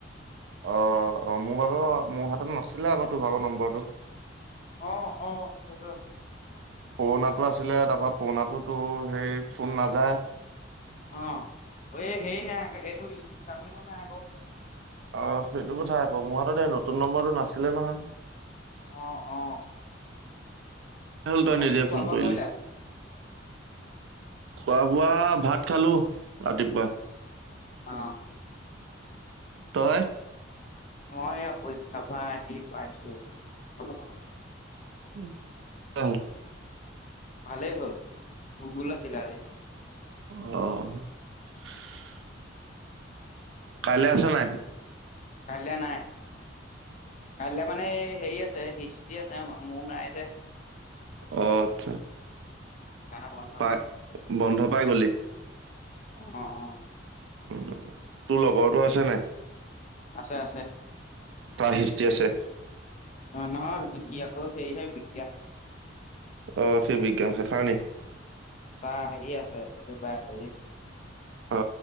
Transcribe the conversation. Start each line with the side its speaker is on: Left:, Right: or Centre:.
Right: অ অ মোৰ ভাগৰ মোৰ হাতত নাছিলে আক তোৰ ভাগৰ নম্বৰটো।
Left: অ অ সেইটো।
Right: পুৰণাটো আছিলে, তাপা পুৰণাটো তোৰ সেই ফোন নাযায়।
Left: অঁ। এই হেই নাই আক সেইটো ইনকামিংও নাই আক।
Right: অ সেইটো কথা আক, মোৰ হাততে নতুন নম্বৰটো নাছিলে নহয়।
Left: অ অ।
Right: হ'ল ত‌ই
Left: বাকী
Right: নিজে
Left: খোৱা
Right: ফোন
Left: বোৱা
Right: কৰিলি।
Left: কৰিলা?
Right: খোৱা বোৱা ভাত খালো ৰাতিপুৱা।
Left: অঁ।
Right: তই?
Left: মই অপেক্ষাৰ পৰা আহি পাইছো অলপ আগত,
Right: <unintelligible>
Left: ভালেই হ'ল ভূগোল আছিলে আজি।
Right: আহ, কাইলে আছে নাই।
Left: কাইলৈ নাই কাইলৈ মানে হেৰি আছে তি আছে মো নাই যে।
Right: অ আচ্ছা,
Left: কাইলে বন্ধ।
Right: পাই বন্ধ পাই গ'লি।
Left: অ অ,
Right: উ তোৰ লগৰতো আছে নাই।
Left: আছে আছে।
Right: ক হিষ্টি আছে।
Left: অ নহয় ই আকৌ সেইহে বিকিয়া
Right: আহ সেই বিজ্ঞান শাখাৰ নি,
Left: তা হেৰি আছে এইটো বায় হেৰি।
Right: অ